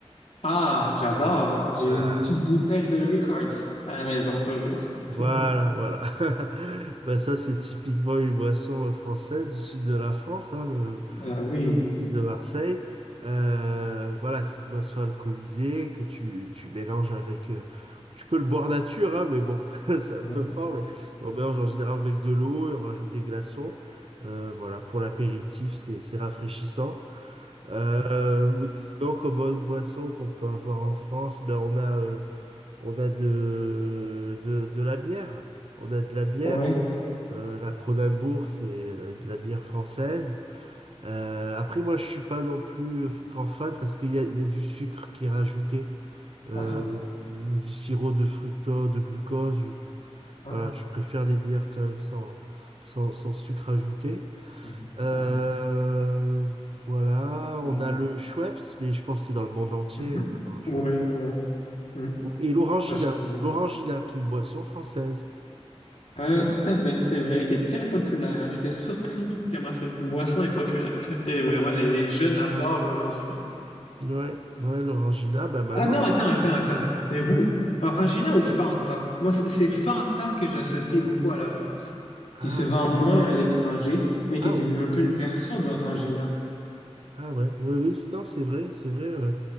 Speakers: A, on the left (about 80°); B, on the right (about 60°).
A: Ah, j'adore. J'ai
B: Ah,
A: une petite bouteille de Records à la maison toujours. <laughs>
B: voilà, voilà. <laughs> Bah ça, c'est typiquement une boisson euh, française du sud de la France, hein, le
A: Ah oui.
B: 6 de Marseille. Euh, voilà, c'est une boisson alcoolisée que tu, tu mélanges avec... euh, tu peux le boire nature, hein, mais bon, <laughs> c'est un
A: Oui.
B: peu fort, mais on mélange en général avec de l'eau et on rajoute des glaçons. Euh, voilà, pour l'apéritif, c'est c'est rafraîchissant. Euh, sinon, comme autre boisson qu'on peut avoir en France, ben on a... euh, On a de, de, de la bière. On a de la bière.
A: Oui. <laughs>
B: Euh, la Kronenbourg, c'est la, de la bière française. Euh, après, moi, je suis pas non plus euh, grand fan parce qu'il y a, il y a du sucre qui est rajouté euh,
A: Ah,
B: ou du sirop de fructose, de glucose. Je-
A: ah,
B: Voilà, je préfère les bières quand même sans, sans, sans sucre ajouté.
A: ah,
B: Euh,
A: oui.
B: voilà, on
A: Oui.
B: a le Schweppes, mais je pense que c'est dans le monde entier
A: Mhm.
B: euh, maintenant, le Schweppes.
A: Oui, oui. Mm.
B: Et l'orangina.
A: Ça, je connais.
B: L'orangina, qui est une boisson française.
A: Euh, tout à fait, c'est vrai, qui est très populaire. hein. J'étais surpris comment cette boisson est populaire. <laughs> Et vraiment, les, les jeunes adorent l'orangina.
B: Ouais, ouais, l'orangina, bah maintenant.
A: Ah non, attends, attends, attends. Mais vous, Orangina ou Fanta? Moi, c- c'est Fanta que j'associe beaucoup à la France,
B: Ah,
A: qui se vend moins à l'étranger, mais
B: ah
A: qui est
B: ouais,
A: une- un peu une version d'Orangina.
B: ah ouais, oui, oui, c'est- non, c'est vrai, c'est vrai. euh,